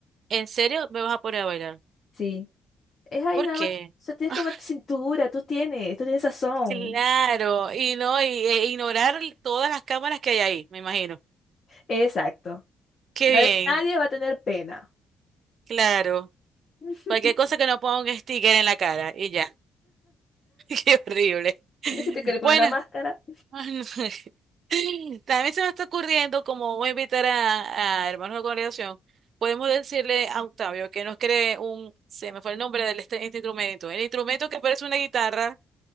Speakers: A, on the right; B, on the left.
A: ¿En serio me vas a poner a bailar?
B: Sí. Es ahí
A: ¿Por
B: nada
A: qué?
B: más. O sea, tienes
A: <laughs>
B: como cintura, tú tienes, tú tienes sazón.
A: Claro, y no, y, e ignorar todas las cámaras que hay ahí, me imagino.
B: Exacto.
A: Qué
B: Nadie,
A: bien,
B: nadie va a tener pena.
A: claro.
B: <laughs>
A: Cualquier cosa que no ponga un sticker en la cara y ya. <laughs> Qué horrible.
B: No sé si te quiere poner
A: Bueno,
B: una máscara.
A: ay, no. <laughs> También se me está ocurriendo, como voy a invitar a, a hermanos de congregación, podemos decirle a Octavio que nos cree un, se me fue el nombre del este, este instrumento, el instrumento que parece una guitarra,